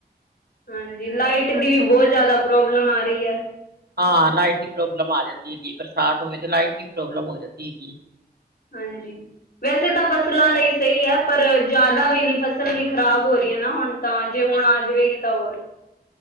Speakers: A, on the left; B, on the right.
A: ਹਾਂਜੀ ਲਾਈਟ ਦੀ ਵੀ ਬਹੁਤ ਜਿਆਦਾ ਪ੍ਰੋਬਲਮ ਆ ਰਹੀ ਹੈ।
B: ਹਾਂ ਲਾਈਟ ਦੀ ਪ੍ਰੋਬਲਮ ਆ ਜਾਂਦੀ ਹੈਗੀ ਬਰਸਾਤ ਹੋਵੇ ਤੇ ਲਾਈਟ ਦੀ ਪ੍ਰੋਬਲਮ ਹੋ ਜਾਂਦੀ ਹੈਗੀ।
A: ਹਾਂਜੀ, ਵੈਸੇ ਤਾਂ ਫਸਲਾਂ ਲਈ ਸਹੀ ਹੈ ਪਰ ਜ਼ਿਆਦਾ ਵੀ ਨੀ ਫਸਲ ਵੀ ਖ਼ਰਾਬ ਹੋ ਰਹੀ ਹੈ ਨਾ ਹੁਣ ਤਾਂ ਜੇ ਹੁਣ
B: ਬਸ
A: ਆ ਜਾਵੇਗੀ ਤਾਂ ਹੋਰ।